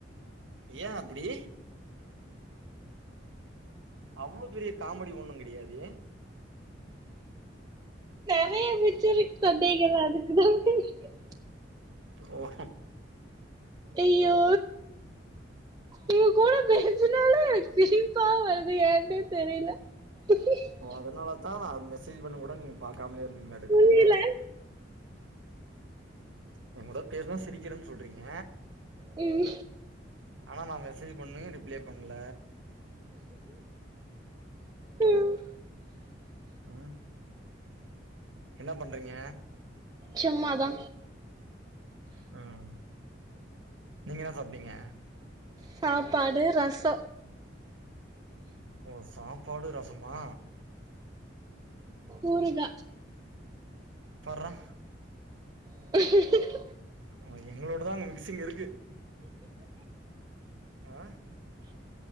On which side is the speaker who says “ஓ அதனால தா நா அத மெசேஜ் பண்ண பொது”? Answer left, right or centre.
Right